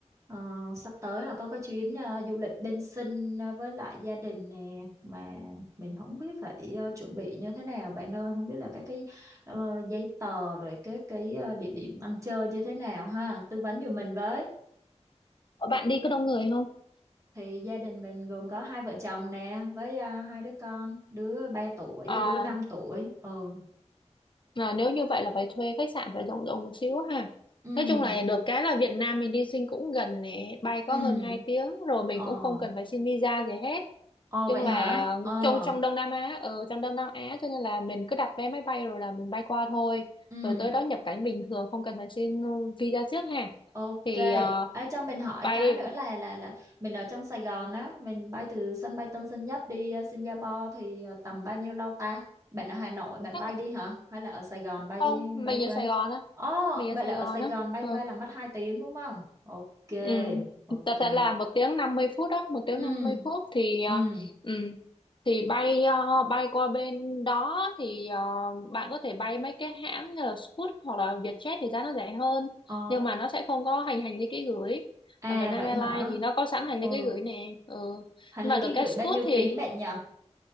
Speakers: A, on the right (about 25°); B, on the left (about 45°).
A: Ờ, sắp tới là có cái chuyến ờ, du lịch bên Sinh ờ, với lại gia đình nè mà mình không biết phải ờ, chuẩn bị như thế nào bạn ơi không biết là các cái ờ, giấy tờ rồi cái cái ờ, địa điểm ăn chơi như thế nào ha tư vấn giùm mình với
B: Ờ, Bạn đi có đông người không?
A: thì gia đình mình gồm có hai vợ chồng nè với ờ, hai đứa con đứa ba tuổi
B: À,
A: đứa năm tuổi ừ
B: là nếu như vậy là phải thuê khách sạn phải rộng rộng một xíu ha.
A: ừ
B: Nói chung là được cái là Việt Nam mình đi sinh cũng gần này, bay có
A: ừ
B: hơn 2 tiếng rồi mình
A: ờ
B: cũng không cần phải xin visa gì hết.
A: ờ
B: Chung
A: vậy
B: là
A: hả ờ
B: trong trong Đông Nam Á, ở trong Đông Nam Á cho nên là mình cứ đặt vé máy bay rồi là mình bay qua thôi.
A: ừ
B: Rồi tới đó nhập cảnh bình thường không cần phải xin ừ, visa trước ha.
A: Ok,
B: Thì ờ,
A: Ê, cho mình hỏi
B: bay
A: cái nữa là là là mình ở trong Sài Gòn á, mình bay từ sân bay Tân Sơn Nhất đi ờ, Singapore thì ờ, tầm bao nhiêu lâu ta? Bạn ở Hà Nội bạn
B: chắc
A: bay
B: là-
A: đi hả? Hay là ở Sài Gòn bay
B: không,
A: đi
B: mình
A: bay
B: ở
A: qua?
B: Sài Gòn á,
A: Ồ,
B: mình
A: vậy
B: ở Sài
A: là ở
B: Gòn
A: Sài
B: á.
A: Gòn bay
B: Ừ.
A: qua là mất 2 tiếng đúng không? Ok,
B: Ừ.
A: ok.
B: Thật ra là một tiếng 50 phút đó, một tiếng
A: Ừ,
B: năm mươi phút thì
A: ừ.
B: ờ, ừ, thì bay ờ, bay qua bên đó thì ờ, bạn có thể bay mấy cái hãng như là Scoot hoặc là Vietjet thì giá nó rẻ hơn
A: Ồ,
B: nhưng mà nó sẽ không có hành hành lý ký gửi.
A: à
B: Còn Vietnam
A: vậy
B: Airlines
A: hả?
B: thì nó có sẵn hành
A: Ừ,
B: lý ký gửi nè. Ừ.
A: hành
B: Nhưng
A: lý
B: mà
A: ký
B: được
A: gửi
B: cái Scoot
A: bao nhiêu
B: thì
A: ký bạn nhỉ?